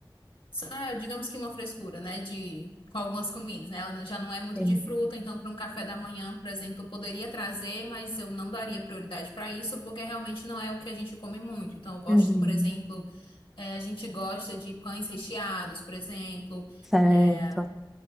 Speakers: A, on the left; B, in the centre.
A: só, digamos que uma frescura, né, de com algumas comidas, né? Ela não- já não é muito
B: sim,
A: de fruta, então para um café da manhã, por exemplo, eu poderia trazer, mas eu não daria prioridade para isso, porque realmente não é o que a gente come muito. Então eu gosto,
B: uhum,
A: por exemplo, eh, a gente gosta de pães recheados, por exemplo,
B: Certo.
A: eh,